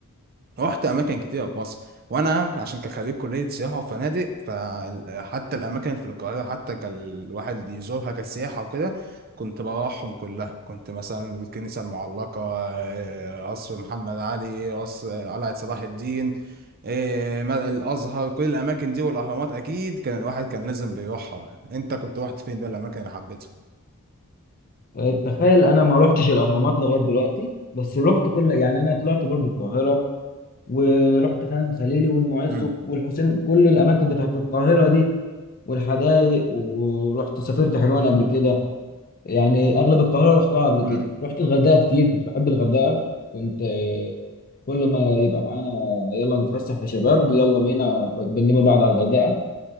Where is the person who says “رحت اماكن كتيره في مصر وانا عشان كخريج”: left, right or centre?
Right